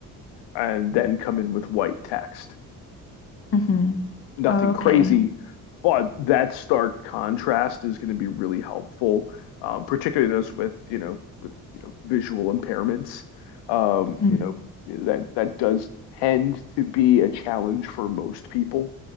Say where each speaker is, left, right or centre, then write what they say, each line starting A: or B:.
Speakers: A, on the left; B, on the left.
A: and then come in with white text
B: hmm
A: nothing
B: Oh, okay.
A: crazy, but that stark contrast is going to be really helpful, um, particularly those with, you know, with, you know, visual impairments. Um,
B: hmm
A: you know, that that does tend to be a challenge for most people